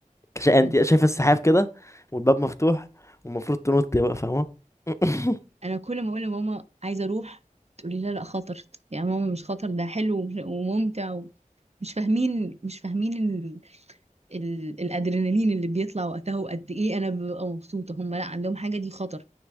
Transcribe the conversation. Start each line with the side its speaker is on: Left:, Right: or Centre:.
Left: كش- انت
Right: <laughs>
Left: شايفة السحاب كده والباب مفتوح والمفروض تنطي بقى فاهمة <laughs>
Right: انا كل ما اقول لماما عايزه اروح تقولي لا لا خطر يا ماما مش خطر ده حلو ومش- وممتع و... مش فاهمين مش فاهمين ال... ال... الادرينالين اللي بيطلع وقتها وقد ايه انا ببقى مبسوطه هم لا عندهم حاجه دي خطر